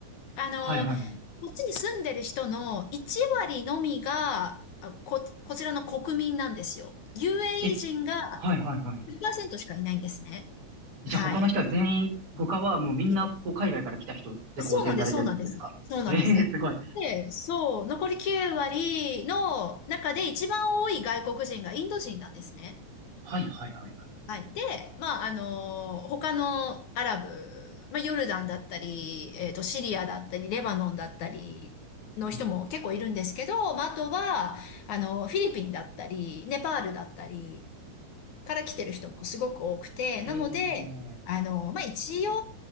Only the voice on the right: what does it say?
はいはいはい。
え、
はいはいはい。
じゃあ、
他の人は全員、他はもうみんな、
こう、海外から来た人で構成されてるってことですかええ、
すごい。
はいはいはいはい。
うん
ええ、